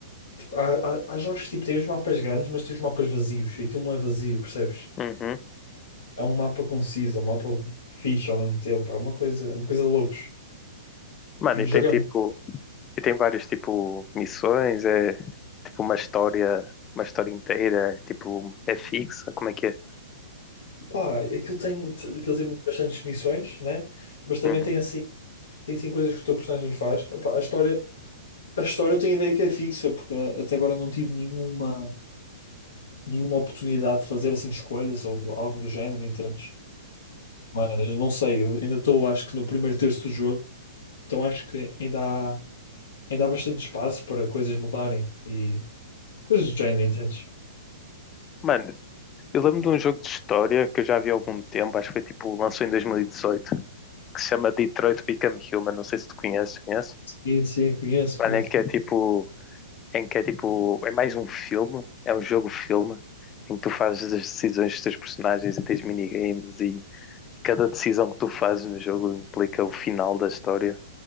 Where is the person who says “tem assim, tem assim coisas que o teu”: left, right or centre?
Left